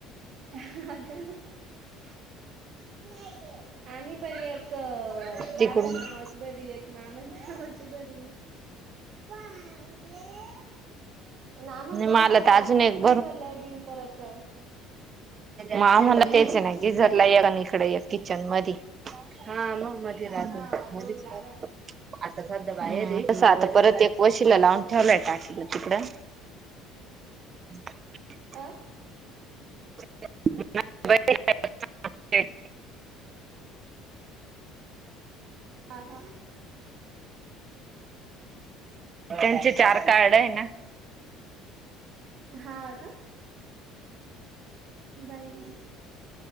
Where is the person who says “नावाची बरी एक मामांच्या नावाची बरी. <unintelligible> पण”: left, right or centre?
Right